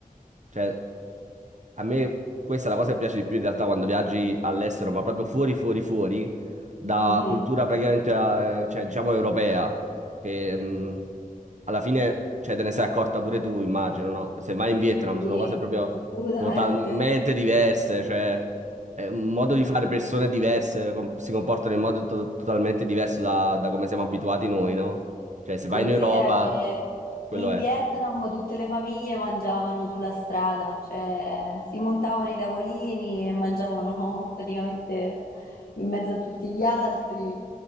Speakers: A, on the right; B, on the left.
A: Cioè, a me questa è la cosa che piace di più in realtà quando viaggi all'estero, ma proprio fuori, fuori, fuori, da
B: Mhm,
A: cultura praticamente, eh, cioè, diciamo, europea che mh, alla fine, cioè, te ne sei accorta pure tu, immagino, no? Se vai in Vietnam
B: Sì,
A: sono cose proprio
B: assolutamente.
A: totalmente diverse, cioè è un modo di fare, persone diverse com- si comportano in modo to- totalmente diverso da, da come siamo abituati noi, no? Cioè, se
B: Considera
A: vai in Europa,
B: che
A: quello
B: in
A: è
B: Vietnam tutte le famiglie mangiavano sulla strada, cioè si montavano i tavolini e mangiavano <laughs> praticamente in mezzo a tutti gli altri.